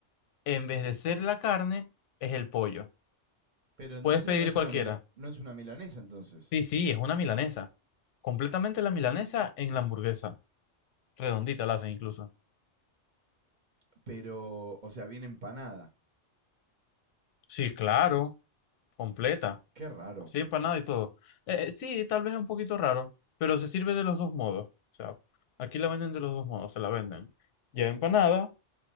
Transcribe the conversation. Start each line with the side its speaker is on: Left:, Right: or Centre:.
Left: en vez de ser la carne, es el pollo.
Right: pero entonces
Left: Puedes pedir
Right: no es
Left: cualquiera.
Right: una mila- no es una milanesa entonces.
Left: Sí, sí, es una milanesa. Completamente la milanesa en la hamburguesa. Redondita la hacen incluso.
Right: Pero, o sea, viene empanada.
Left: Sí, claro, completa.
Right: Qué raro.
Left: Así empanada y todo. Eh, eh, sí, tal vez es un poquito raro, pero se sirve de los dos modos. O sea, aquí la venden de los dos modos, se la venden ya empanada